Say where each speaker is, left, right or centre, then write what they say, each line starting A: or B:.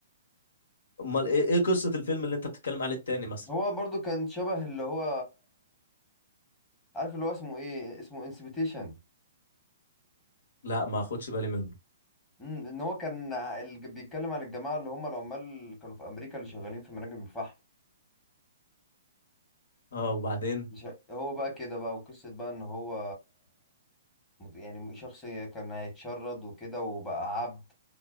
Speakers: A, on the left; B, on the left.
A: امال ايه ايه قصة الفيلم اللي انت بتتكلم عليه التاني مثلا
B: هو برضو كان شبه اللي هو عارف اللي هو اسمه ايه اسمه انسبيتيشن
A: لا ما اخدش بالي منه
B: امم ان هو كان الج- بيتكلم عن الجماعه اللي هم العمال اللي كانوا في امريكا اللي شغالين في مناجم الفحم
A: اه وبعدين
B: مش ه- هو بقى كده بقى وقصه بقى ان هو مت- يعني شخص كان هيتشرد وكده وبقى عبد